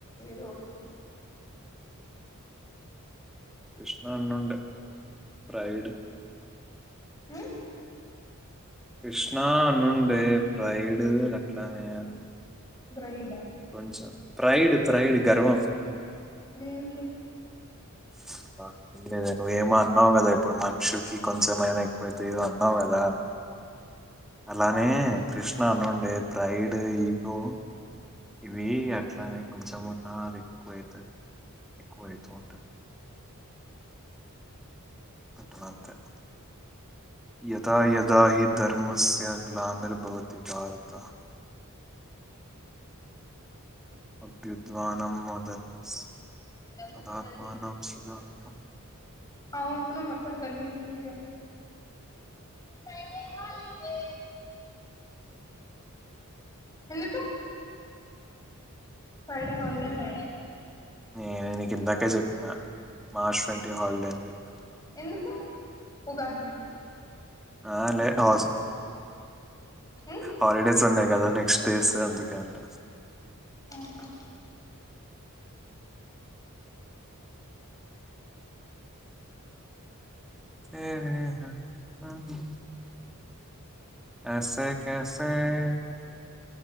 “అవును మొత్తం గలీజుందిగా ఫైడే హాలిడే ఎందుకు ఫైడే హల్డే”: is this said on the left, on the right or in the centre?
Left